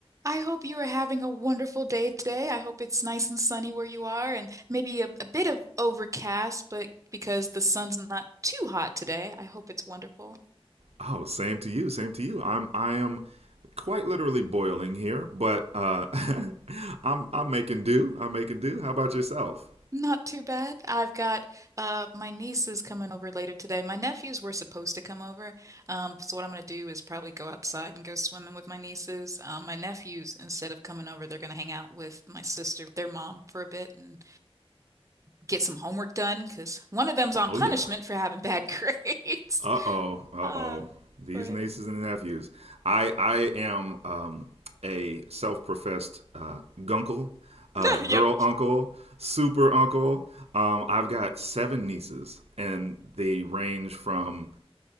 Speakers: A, on the right; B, on the right.
A: I hope you are having a wonderful day today. I hope it's nice and sunny where you are, and maybe a, a bit of overcast, but because the sun's not too hot today, I hope it's wonderful.
B: Oh, same to you. Same to you. I'm I am quite literally boiling here, but uh <laughs> I'm I'm making do. I'm making do. How about yourself?
A: Not too bad. I've got uh my niece is coming over later today. My nephews were supposed to come over. Um, so what I'm gonna do is probably go outside and go swimming with my nieces. Um, my nephews, instead of coming over, they're gonna hang out with my sister, their mom, for a bit and get some homework done because one of them's on
B: Oh
A: punishment
B: yeah.
A: for having bad <laughs> grades.
B: Uh-oh. Uh-oh.
A: Uh,
B: These
A: but
B: nieces and nephews. I I am um a self-professed uh gunkle,
A: <laughs>
B: uh
A: no,
B: girl
A: yep.
B: uncle, super uncle. Um I've got seven nieces and they range from